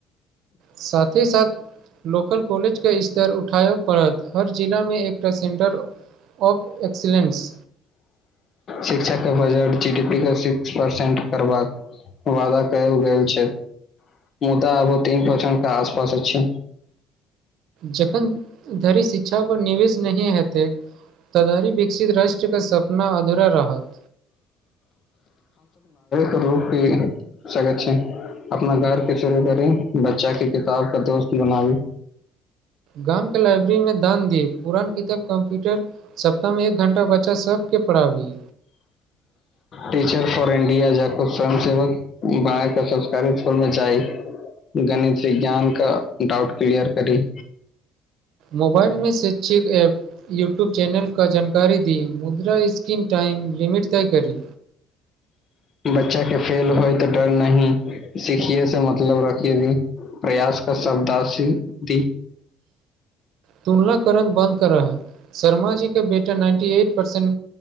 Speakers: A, on the right; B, on the left.
A: साथ ही साथ लोकल कॉलेजके स्तर उठाबय पड़त हर जिलामे एकटा सेंटर ऑफ एक्सलेंस
B: शिक्षक के वजट जी डी पी के सिक्स परसेंट करबाक वादा कयल गेल छै मुदा ओ तिन परसेन्ट के आसपास अछि
A: जखन धरि शिक्षा पर निवेश नहि हेतै तारी विकसित राष्ट्र सपना अधूरा रहत
B: करू भी सकै छै अपना घरके शुरू करी बच्चा क किताब क दोस्त बनाबी
A: गाम के लाइब्रेरी मे दान दी पुरान किताब कम्प्यूटर सप्ताह मे एक घण्टा बच्चा सब के पढ़ाबी
B: टीचर फॉर इंडिया जा कुछ स्वयं सेवक बायके ससकारी स्कूल मे जाइ गणित विज्ञान का डाउट क्लियर करी
A: मोबाइलमे शैच्षछिक एप यूट्यूब चैनलके जानकारी दी मो इन्द्र स्किन टाइम लिमिट तय करी
B: बच्चा के फेल होइ तऽ डर नह सिखिये से मतलब रखी प्रयास क शब्दाशी दी
A: तुलना करण बन्द कर रहाै शर्मा जी क बेटा नाइन्टी एट परसेंट